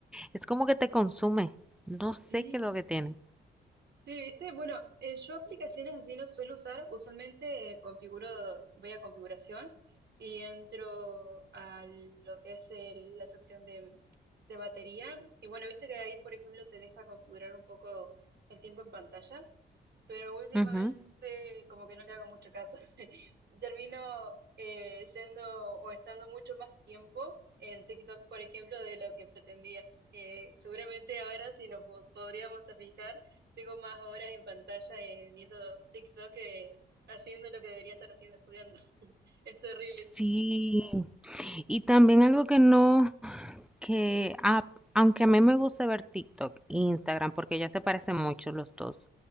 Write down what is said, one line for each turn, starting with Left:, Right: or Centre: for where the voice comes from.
Centre: Es como que te consume. No sé
Right: sí
Centre: qué es lo que tiene.
Right: Sí, viste, bueno, eh, yo aplicaciones así no suelo usar, usualmente eh, configuro, voy a configuración y entro a lo que es el- la sección de, de batería. Y bueno, viste que ahí, por ejemplo, te deja configurar un poco el tiempo en pantalla pero últimamente
Centre: Ujú.
Right: como que no le hago mucho caso. <laughs> Termino eh, yendo o estando mucho más tiempo en TikTok, por ejemplo, de lo que pretendía. Eh, seguramente ahora, si nos po- podríamos a fijar, tengo más horas en pantalla eh, viendo TikTok que haciendo lo que debería estar haciendo, estudiando. <laughs> Es terrible.
Centre: Sí. Y también algo que no, que a- aunque a mí me gusta ver TikTok e Instagram, porque ya se parecen mucho los dos,